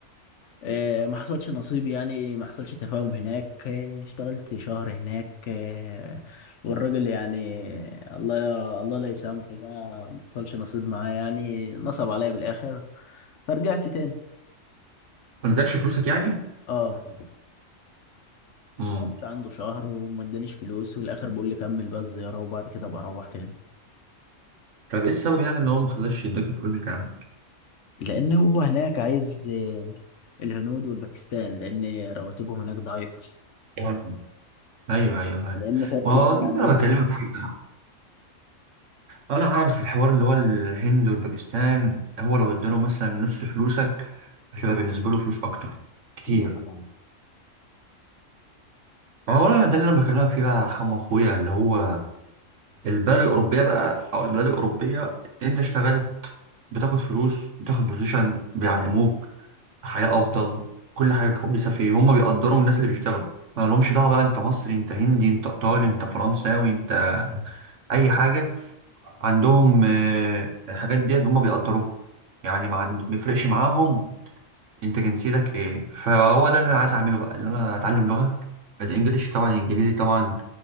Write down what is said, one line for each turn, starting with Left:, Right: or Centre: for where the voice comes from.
Left: آه، ما حصلش نصيب يعني ما حصلش تفاهم هناك آه، اشتغلت شهر هناك آه، والراجل يعني الله الله لا يسامحه بقى ما حصلش نصيب معاه يعني نصب عليا من الاخر فرجعت تاني
Right: ما ادكش فلوسك يعني؟
Left: اه
Right: امم
Left: اشتغلت عنده شهر وما ادانيش فلوس والاخر بيقول لي كمل بقى الزياره وبعد كده ابقى اروح تاني
Right: طب ايه السبب يعني ان هو ما خلاش يديك الفلوس بتاعك؟
Left: لان هو هناك عايز آه، الهنود والباكستان لان رواتبهم هناك ضعيفه
Right: آه. ايوه ايوه ايوه
Left: لان فرق
Right: ما
Left: العمله
Right: هو ده
Left: عندهم
Right: اللي انا بكلمك
Left: كده
Right: فيه انا عارف الحوار اللي هو الهند والباكستان هو لو اداله مثلا نص فلوسك هتبقى بالنسبه له فلوس اكتر كتير
Left: ايوه طبعا
Right: ما هو أنا ده اللي انا بكلمك فيه بقى يا حمو اخويا اللي هو البلد الأوروبية بقى أو البلاد الأوروبية أنت اشتغلت بتاخد فلوس بتاخد بوزيشن بيعلموك حياة أفضل كل حاجة كويسة فيه هما بيقدروا الناس اللي بيشتغلوا ما لهمش دعوة بقى أنت مصري أنت هندي أنت إيطالي أنت فرنساوي أنت أي حاجة عندهم آه، الحاجات ديت هما بيقدروها يعني ما عند... ما يفرقش معاهم أنت جنسيتك إيه فهو ده اللي أنا عايز أعمله بقى اللي أنا أتعلم لغة الإنجليش طبعا الإنجليزي طبعا